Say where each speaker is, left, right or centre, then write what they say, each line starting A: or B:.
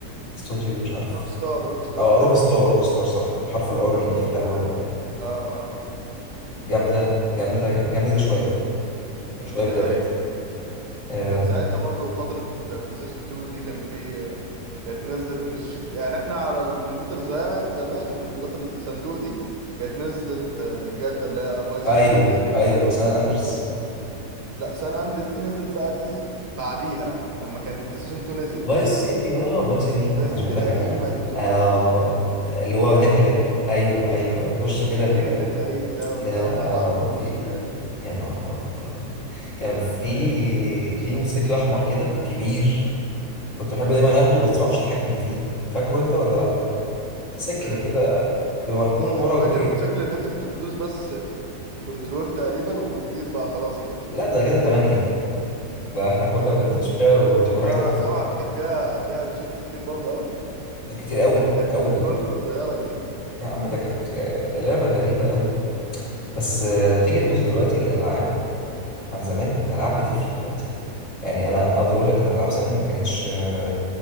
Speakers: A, on the left; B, on the right.
A: استوديو مش عارف
B: روك ستار روك ستار
A: اه
B: تقريبا
A: روك ستار روك ستار صح حرف الار
B: روك
A: اللي
B: ستار
A: بيجي في الاول ده
B: اه اه
A: جامده جامده جامده دي شويه
B: امم
A: شويه بجد
B: دي هي
A: آه
B: وكان ساعتها برضه فترة بلاي ستيشن 2 دي كان في كانت نزلت مش يعني احنا على الكمبيوتر زمان زمان الكمبيوترات الصندوق دي كانت نزلت آه، جاتا اللي هي فايس
A: ايوه
B: سيتي اللي هي سي-
A: ايوه سان اندرس
B: لا سان اندريس دي نزلت بقى دي بعديها لما كان بلاي ستيشن 2 نزل
A: فايس سيتي اه فايس سيتي
B: فايس
A: انا عايز
B: سيتي
A: اقول
B: القديمة
A: لك انا
B: اللي كنت بتروح
A: آه
B: ت-
A: اللي هو هناك
B: تحط
A: اللي...
B: يعني
A: ايوه ايوه يخش كده
B: البيت
A: ال...
B: الغريب ده وبتاع
A: يا
B: وتغير
A: ربي
B: القميص والحاجات دي
A: يا نهار ابيض
B: دي كانت
A: كان في
B: ايام
A: في موتوسيكل احمر كده كبير كنت بحب دايما اخده بس ما اعرفش اتحكم فيه فاكره انت ولا لا سكل
B: أه
A: كده بيبقى مركون ورا
B: انا فاكر
A: البيت
B: الموتوسيكل ان انت كنت بتدوس بس كنترول تقريبا وبتطير بقى خلاص كده
A: لا ده كده تمانية دي ده احنا كنا بندوس فعلا وبنطير وحاجات
B: لا لا
A: غريبة
B: سبعة دي كان فيها فيها تشيتس كتير برضو قوي
A: كتير قوي
B: كانت
A: قوي
B: الكنترول بالطيارة دي
A: يا عم ده كانت لعبة غريبة قوي بس آه،
B: كانت
A: تيجي تبص
B: طيب
A: دلوقتي للألعاب عن زمان الألعاب بتفرق دلوقتي يعني انا اقدر اقول لك ان الالعاب زمان ما كانتش آه،